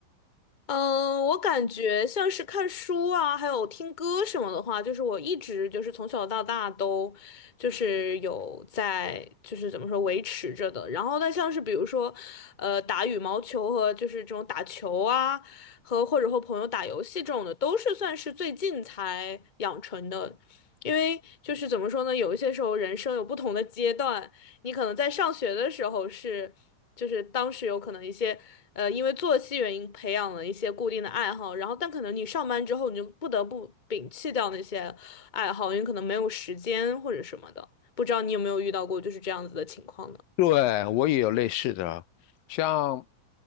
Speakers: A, on the left (about 15°); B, on the left (about 80°).
A: 嗯，我感觉像是看书啊，还有听歌什么的话，就是我一直就是从小到大都就是有在就是怎么说维持着的。然后但像是比如说，呃，打羽毛球和就是这种打球啊，和或者和朋友打游戏这种的，都是算是最近才养成的。因为就是怎么说呢，有一些时候人生有不同的阶段，你可能在上学的时候是，就是当时有可能一些，呃，因为作息原因培养了一些固定的爱好，然后但可能你上班之后你就不得不摒弃掉那些爱好，因为可能没有时间或者什么的。不知道你有没有遇到过就是这样子的情况呢？
B: 对，我也有类似的，像